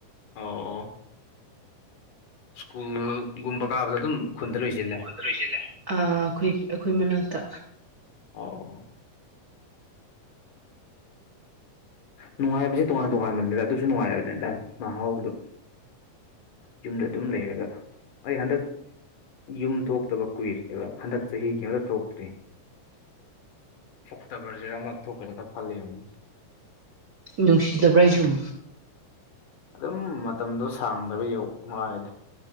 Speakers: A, on the left; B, on the right.
A: ꯑꯣ ꯑꯣ ꯁ꯭ꯀꯨꯜꯒꯨꯝꯕ ꯀꯥꯕꯗꯣ ꯑꯗꯨꯝ ꯈꯨꯟꯗ ꯂꯣꯏꯖꯤꯜꯂꯦ
B: <unintelligible> ꯑ ꯈꯣꯏ ꯑꯩꯈꯣꯏ ꯃꯅꯥꯛꯇ
A: ꯑꯧ ꯅꯨꯡꯉꯥꯏꯕꯁꯤ ꯇꯣꯉꯥꯟ-ꯇꯣꯉꯥꯟꯕꯅꯤꯗ ꯑꯗꯨꯁꯨ ꯅꯨꯡꯉꯥꯏꯕꯅꯤꯗ ꯃꯍꯥꯎꯗꯨ ꯌꯨꯝꯗ ꯑꯗꯨꯝ ꯂꯩꯔꯒ ꯑꯩ ꯍꯟꯗꯛ ꯌꯨꯝ ꯊꯣꯛꯇꯕ ꯀꯨꯏꯔꯦ <unintelligible> ꯍꯟꯗꯛ ꯆꯍꯤꯒꯤ ꯀꯩꯝꯗ ꯊꯣꯛꯇ꯭ꯔꯤ ꯁꯛꯇꯕꯔꯖꯦꯔ ꯑꯃ ꯊꯣꯛꯀꯅꯤꯀ ꯈꯜꯂꯤꯕꯅꯤ
B: ꯅꯨꯡꯁꯤꯗꯕ꯭ꯔꯥ ꯌꯨꯝ
A: ꯑꯗꯨꯝ ꯃꯇꯝꯗꯣ ꯁꯥꯡꯗꯕ ꯌꯧꯃꯥꯟꯂꯦꯗꯥ